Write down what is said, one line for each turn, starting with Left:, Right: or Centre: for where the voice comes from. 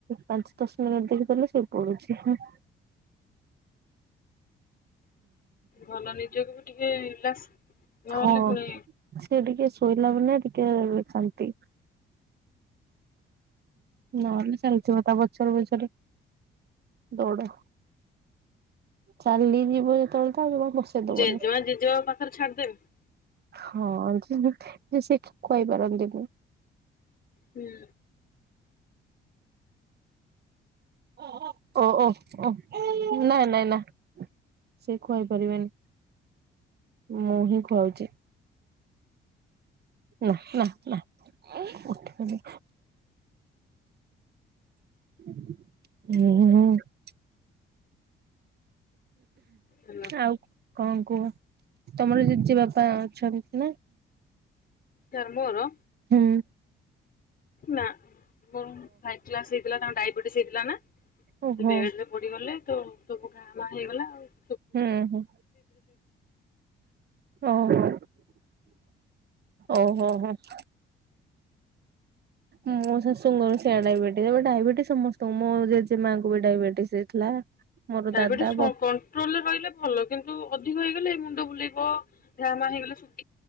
Right: ପାଞ୍ଚ ଦଶ ମିନିଟ ଦେଖିଦେଲେ ଶୋଇ ପଡୁଛି ।
Left: ଭଲ ନିଜକୁ ବି ଟିକେ ରିଲାକ୍ସ ନହେଲେ
Right: ହଁ
Left: ପୁଣି
Right: ସେ ଟିକେ ଶୋଇଲା ମାନେ ଟିକେ ଶାନ୍ତି। ନହେଲେ ଚାଲିଥିବ ତା ବଛର ବଛର ଦୌଡ ଚାଲିଯିବ ଯେତେବେଳେ ତା ଜମା ବସେଇ ଦବନି
Left: ଜେଜେମା ଜେଜେମା ପାଖରେ ଛାଡିଦେବେ ।
Right: ହଁ ଯେ ସେ କହିପାରନ୍ତିନି।
Left: ହୁଁ।
Right: ଓ ଓ ଓ ନାଇଁ ନାଇଁ ନା ସେ ଖୁଆଇ ପାରିବେନି ମୁଁ ହିଁ ଖୁଆଉଛି। ନା ନା ନା ଉଠନୁ ହୁଁ-ଉ-ଉ ।
Left: ହେଲା
Right: ଆଉ କଣ କୁହ ତମର ଜେଜେ ବାପା ଅଛନ୍ତି ନା?
Left: କାହାର ମୋର?
Right: ହୁଁ।
Left: ନା। ମୋର ଫାଇଭ୍ କ୍ଲାସ୍ ହେଇଥିଲା ତାଙ୍କ ଡାଇବେଟିସ୍ ହେଇଥିଲା ନା?
Right: ଓହୋ
Left: ସେ ବେଡରେ ପଡିଗଲେ ତ ସବୁ ଘା ମା ହେଇଗଲା ଆଉ ।
Right: ହୁଁ ହଁ ଓହୋ ଓହୋ ହୋ। <inaudible> ମୋ ଶାଶୁଙ୍କର ସେଆ ଡାଇବେଟିସ୍। ଏବେ ଡାଇବେଟିସ ସମସ୍ତଙ୍କୁ ମୋ ଜେଜେ ମାଆଙ୍କୁ ବି ଡାଇବେଟିସ୍ ହେଇଥିଲା। ମୋର
Left: ଡାଇବେଟିସ୍
Right: ଦାଦା
Left: ହ
Right: ବ
Left: କଣ୍ଟ୍ରୋଲରେ ରହିଲେ ଭଲ। କିନ୍ତୁ ଅଧିକ ହେଇଗଲେ ମୁଣ୍ଡ ବୁଲେଇବ ନା <unintelligible>